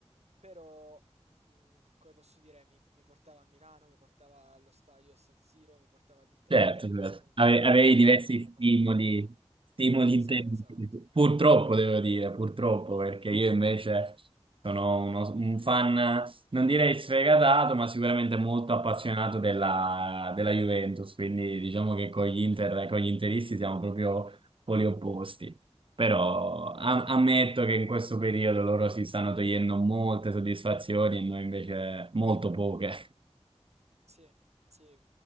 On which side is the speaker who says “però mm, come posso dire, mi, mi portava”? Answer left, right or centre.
Right